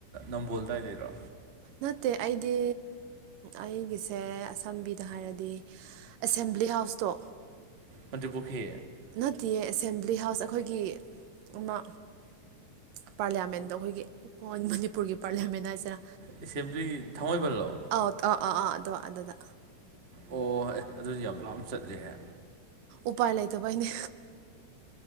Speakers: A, on the right (about 60°); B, on the right (about 80°).
A: ꯅꯝꯕꯣꯜꯗꯥꯏꯔꯣ
B: ꯅꯠꯇꯦ ꯑꯩꯗꯤ ꯑꯩꯒꯤꯁꯦ ꯑꯁꯝꯕꯤꯗ ꯍꯥꯏꯔꯗꯤ ꯑꯦꯁꯦꯝꯕ꯭ꯂꯤ ꯍꯥꯎꯁꯇꯣ
A: ꯃꯥꯟꯇ꯭ꯔꯤ ꯄꯨꯈ꯭ꯔꯤ
B: ꯅꯠꯇꯦꯌꯦ ꯑꯦꯁꯦꯝꯕ꯭ꯂꯤ ꯍꯥꯎꯁ ꯑꯩꯈꯣꯏꯒꯤ ꯑꯃ ꯄꯥꯔꯂꯤꯌꯥꯃꯦꯟꯗꯣ ꯑꯩꯈꯣꯏꯒꯤ ꯃꯅꯤꯄꯨꯔꯒꯤ ꯄꯥꯔꯂꯤꯌꯥꯃꯦꯟ ꯍꯥꯏꯁꯤꯅ
A: ꯑꯦꯁꯦꯝꯕ꯭ꯂꯤ ꯊꯥꯡꯃꯩꯕꯜꯂꯣ
B: ꯑꯥꯎ ꯑꯥ ꯑꯥ ꯑꯥ ꯑꯗꯨ ꯑꯗꯨꯗ
A: ꯑꯣ ꯑꯗꯨꯁꯨ ꯌꯥꯝ ꯂꯥꯞꯅ ꯆꯠꯂꯦꯍꯦ
B: ꯎꯄꯥꯏ ꯂꯩꯇꯕꯩꯅꯦ